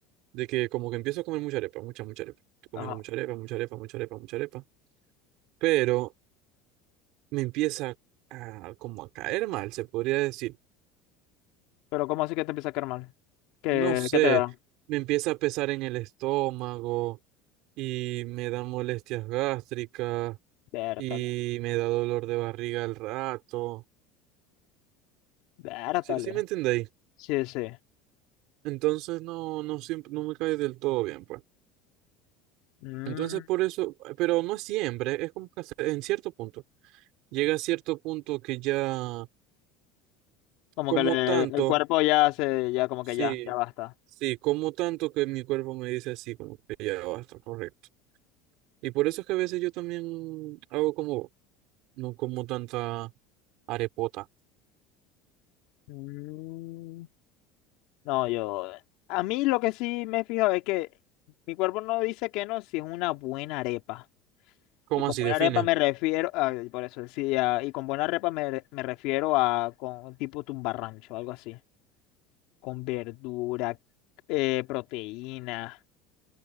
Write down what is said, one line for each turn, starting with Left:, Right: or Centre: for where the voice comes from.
Right: de que como que empiezo a comer mucha arepa, mucha, mucha arepa. Estoy comiendo
Left: Ajá.
Right: mucha arepa, mucha arepa, mucha arepa, mucha arepa. Pero me empieza a, como a caer mal, se podría decir.
Left: Pero ¿cómo así que te empieza a caer mal? ¿Qué,
Right: No sé,
Left: qué te da?
Right: me empieza a pesar en el estómago y me dan molestias gástricas
Left: Vértale,
Right: y me da dolor de barriga al rato.
Left: vértale.
Right: Sí, sí me entendéis.
Left: Sí, sí.
Right: Entonces no, no siempre, no me cae del todo bien, pues.
Left: Mm.
Right: Entonces, por eso, pero no siempre, es como que hasta en cierto punto. Llega a cierto punto que ya
Left: Como
Right: como
Left: que le-
Right: tanto,
Left: el cuerpo ya se, ya como
Right: sí,
Left: que ya, ya basta.
Right: sí, como tanto que mi cuerpo me dice así, como que ya basta, correcto. Y por eso es que a veces yo también hago como, vos, no como tanta arepota.
Left: Mm, no, yo, a mí lo que sí me he fijado es que mi cuerpo no dice que no si es una buena arepa.
Right: ¿Cómo
Left: Y con
Right: así
Left: buena
Right: define?
Left: arepa me refiero, a, por eso decía, y con buena arepa me, re- me refiero a con tipo tumbarrancho, algo así. Con verdura, eh, proteína,